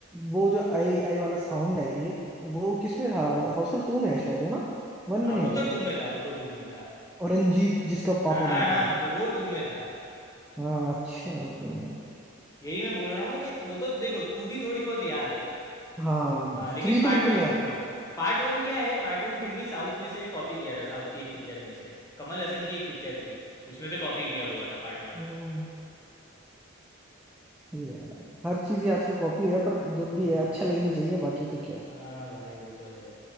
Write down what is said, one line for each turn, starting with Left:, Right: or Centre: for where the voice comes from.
Centre: वो जो आई आई वाला साउंड है ये वो किसमें था हाउसफुल टू में है शायद वो ना वन
Left: हाँ
Centre: में नहीं
Left: वो
Centre: होता
Left: तो
Centre: शायद
Left: टू में था वो तो टू में था
Centre: और रंजीत जिसका
Left: हाँ
Centre: पापा
Left: हाँ
Centre: बनता है
Left: हाँ वो टू में था
Centre: हाँ अच्छा वो टू में
Left: यही मैं बोल रहा हूँ ना कि वो तो देखो तू भी थोड़ी बहुत याद है
Centre: हाँ
Left: हाँ लेकिन
Centre: थ्री
Left: पार्ट
Centre: तो बिल्कुल
Left: वन
Centre: नहीं आया
Left: हाँ पार्ट वन क्या है पार्ट वन फिर भी साउथ में से कॉपी किया था साउथ की एक पिक्चर में से कमल हसन की एक पिक्चर थी उसमें से कॉपी किया हुआ था पार्ट वन
Centre: हम्म, ये हर चीज ही आजकल कॉपी है पर जब
Left: हम्म,
Centre: भी है अच्छा लगनी चाहिए बाकी तो क्या
Left: हाँ भाई वो तो है